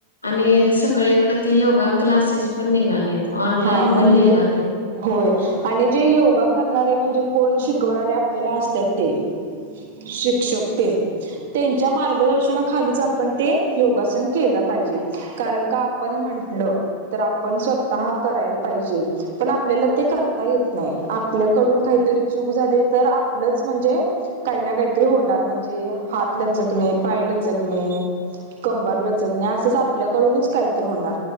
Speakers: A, on the left (about 80°); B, on the right (about 55°).
A: आणि सगळीकडे ते योगा क्लासेस पण निघालेत ऑनलाईन
B: हा म्हणजे
A: पण निघालेत.
B: होय आणि जे योगा करणारे म्हणजे कोण शिकवणारे आपल्याला असतात ते शिक्षक तेंन त्यांच्या मार्गदर्शनाखालीच आपण ते योगासन केलं पाहिजे कारण का आपण म्हटलं तर आपण स्वः करायला पाहिजे पण आपल्याला ते करता येत नाही आपल्याकडून काहीतरी चूक झाली तर आपलंच म्हणजे काही ना काहीतरी होणार म्हणजे हात लचकणे पाय लचकणे कंबर लचकण्या असेच आपल्याकडूनच काहीत होणार